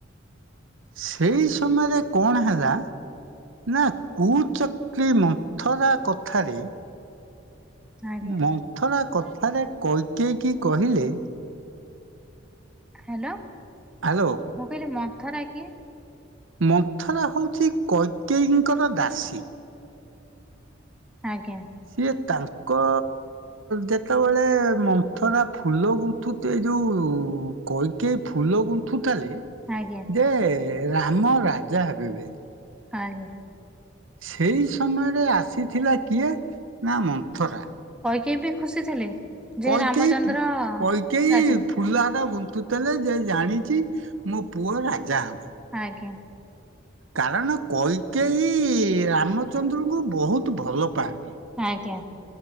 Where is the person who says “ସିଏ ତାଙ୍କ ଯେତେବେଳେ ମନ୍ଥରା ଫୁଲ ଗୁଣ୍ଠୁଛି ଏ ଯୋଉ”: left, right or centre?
Right